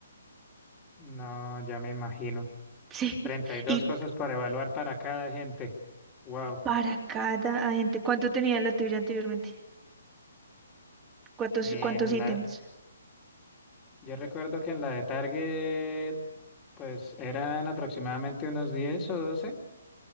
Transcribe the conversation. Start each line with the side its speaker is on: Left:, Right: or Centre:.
Left: no, ya me imagino.
Right: <laughs> Sí,
Left: treinta y dos
Right: y
Left: cosas para evaluar para cada gente. Wow.
Right: Para cada agente. ¿Cuánto tenía la tuya anteriormente? ¿Cuántos,
Left: En
Right: cuántos ítems?
Left: la, yo recuerdo que en la de Target, pues eran aproximadamente unos 10 o doce